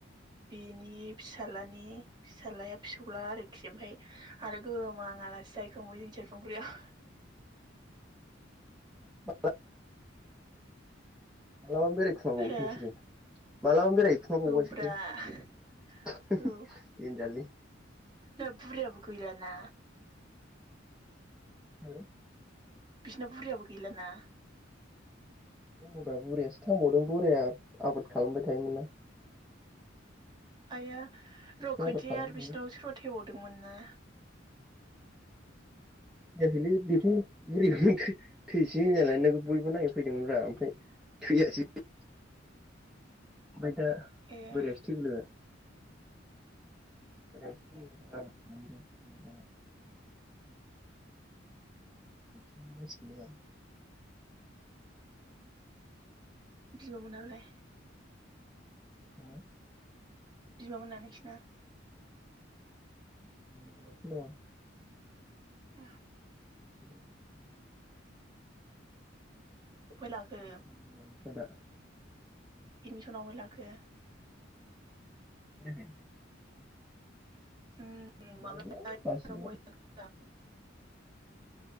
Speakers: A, on the right (about 25°); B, in the centre.
A: बिनि फिसालानि फिसालाया फिसौला आरोखि ओमफफ्राय आरो गोहोम आं आलासि जायो <unintelligible>
B: <unintelligible> मालाबा बेरायखुमाबावोसो
A: हो
B: नोंसोरो मालाबानो बेरायहैखुमा बावबायसो
A: औब्रा
B: <unintelligible>
A: औ
B: देनजारलै।
A: दा बुरैयाबो गैलाना?
B: <inaudible>
A: बिसोरना बुरैयाबो गैलाना?
B: दङब्रा बुरियासो थांबावदों बोराया आबाद खालामबाय थायोमोन ना।
A: आया र'
B: एसे
A: खोनसे
B: आबाद खालामनो
A: आरो बिसनाव सोरबा थैबाव दोंमोन ना?
B: थैयाखैलै बेखौ बुरैखौनो थो-थैसै होनलायनानै बयबो नायनो फैदोंमोनब्रा ओमफ्राय थैयासै। ओमफाय दा
A: ए
B: बोरयासो थैगुलायबाइ। <inaudible> <inaudible> <inaudible>
A: बिमा मोनालाय?
B: हो
A: बिमा मोना नोंसिना।
B: हाबा मावगासिनो दङ।
A: ए।
B: <inaudible>
A: उफाय लाखो।
B: खोनायाखै
A: एडमिसन आबहाय लाखो।
B: <unintelligible>
A: <unintelligible>
B: माबालै बासिबाव हो